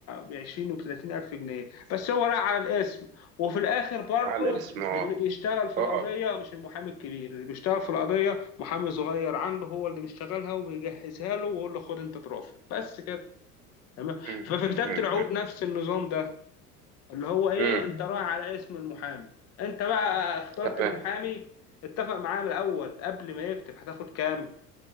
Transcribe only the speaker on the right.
على الاسم اه
اه
امم
امم
امم
امم،
تمام